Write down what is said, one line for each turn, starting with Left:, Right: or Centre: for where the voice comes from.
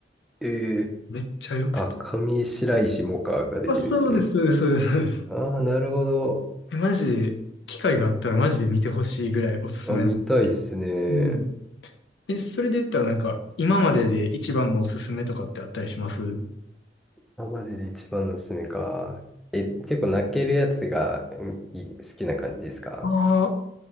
Centre: ええ。
Left: めっちゃよくて。
Centre: あ、上白石萌歌が出てるんですね。
Left: あ、そうです、そうです、そうです。
Centre: ああ、なるほど。
Left: えマジで、機会があったらマジで見てほしいぐらいおすすめなんですけど。
Centre: あ、見たいっすね。
Left: うん。え、それで言ったらなんか、今までで一番のおすすめとかってあったりします
Centre: 今までで一番のおすすめか。え、結構泣けるやつがうんいい好きな感じですか
Left: ああー、